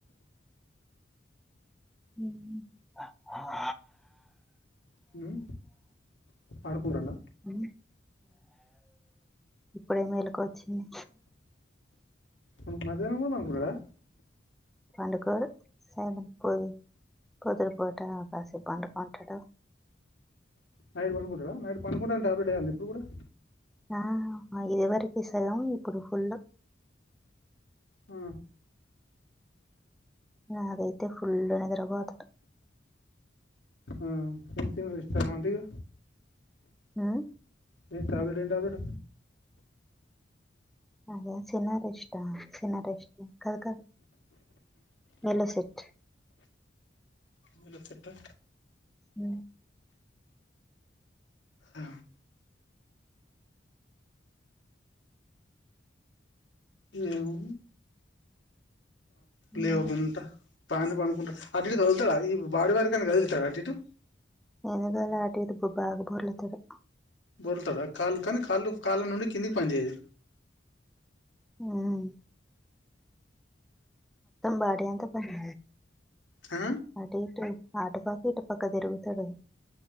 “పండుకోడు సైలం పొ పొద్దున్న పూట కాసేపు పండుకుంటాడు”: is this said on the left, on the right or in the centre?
Centre